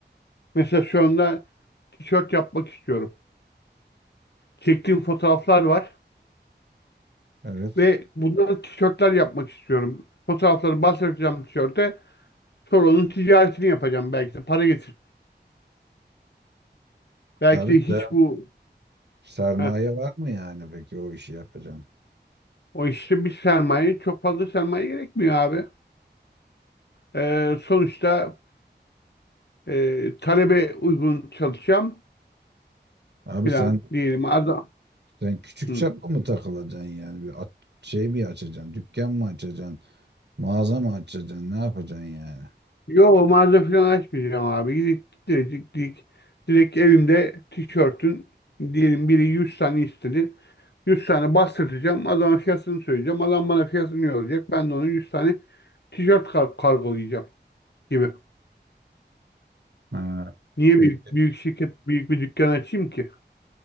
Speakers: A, on the left (about 65°); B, on the right (about 70°).
A: Mesela şu anda tişört yapmak istiyorum. Çektiğim fotoğraflar var
B: Evet.
A: ve bundan tişörtler yapmak istiyorum. Fotoğrafları bastıracağım tişörte. Sonra onun ticaretini yapacağım. Belki de para getir. Belki
B: Abi
A: de hiç
B: ser-
A: bu
B: sermaye
A: heh,
B: var mı yani peki o işi yapacaksın?
A: o işte bir sermaye çok fazla sermaye gerekmiyor abi. Ee, sonuçta e, talebe uygun çalışacağım
B: Abi
A: filan
B: sen
A: diyelim. adam.
B: Sen küçük
A: Hı.
B: çaplı mı takılacaksın yani? Bir at- şey mi açacaksın? Dükkan mı açacaksın? Mağaza mı açacaksın? Ne yapacaksın yani?
A: Yo mağaza falan açmayacağım abi. Gidip direkt, direkt, direkt evimde tişörtün diyelim biri 100 tane istedi. 100 tane bastıracağım. Adama fiyatını söyleyeceğim. Adam bana fiyatını yollayacak. Ben de onun 100 tane tişört kar kargolayacağım gibi.
B: Ha,
A: Niye
B: peki.
A: büyük, büyük şirket, büyük bir dükkan açayım ki?